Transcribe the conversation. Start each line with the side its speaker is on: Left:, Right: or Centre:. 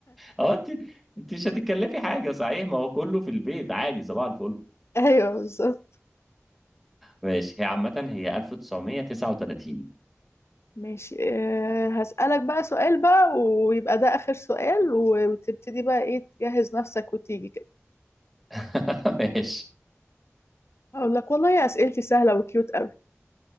Centre: اه انت انت مش هتتكلفي حاجة صحيح ما هو كله في البيت عادي صباح الفل
Left: ايوه بالظبط
Centre: ماشي هي عامة هي 1939
Left: ماشي آه، هسألك بقى سؤال بقى ويبقى ده آخر سؤال و- وتبتدي بقى ايه تجهز نفسك وتيجي كده
Centre: <laughs> ماشي
Left: اقول لك والله اسئلتي سهلة وكيوت قوي